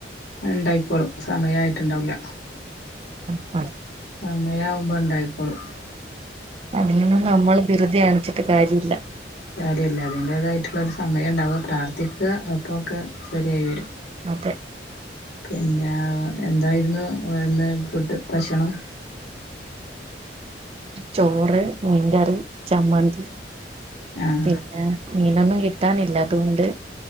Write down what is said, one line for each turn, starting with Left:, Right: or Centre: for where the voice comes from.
Left: ഉണ്ടായിക്കോളും സമയയിട്ടുണ്ടാവില്ല
Right: ആ
Left: ആ മഴ ആവുമ്പോ ഇണ്ടായിക്കോളും
Right: അതൊന്നും നമ്മൾ വെറുതെ കാണിച്ചിട്ട് കാര്യയില്ല
Left: കാര്യമില്ല അതിന്റേതായിട്ടുള്ള ഒരു സമയം ഉണ്ടാവുക പ്രാർത്ഥിക്കുക അപ്പൊക്കെ ശരിയായി വരും
Right: അതെ
Left: പിന്നെ എന്തായിരുന്നുന്ന് ഫുഡ് ഭക്ഷണം
Right: ചോറ് മീൻകറി ചമ്മന്തി
Left: ആഹ്
Right: പിന്നെ മീനൊന്നും കിട്ടാനില്ല അതുകൊണ്ട്